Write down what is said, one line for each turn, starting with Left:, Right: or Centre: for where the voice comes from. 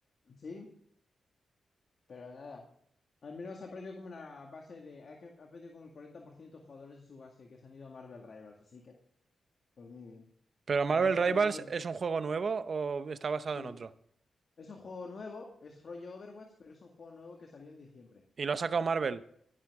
Left: Sí, pero nada. Al menos ha perdido como una base de. Ha, que- ha perdido como el 40% de jugadores de su base que se han ido a Marvel Rivals, así que por mí bien.
Right: Pero Marvel
Left: Además de
Right: Rivals
Left: que Marvel.
Right: es un juego nuevo o está basado
Left: Sí.
Right: en otro.
Left: Es un juego nuevo, es rollo Overwatch, pero es un juego nuevo que salió en diciembre.
Right: Y lo ha sacado Marvel.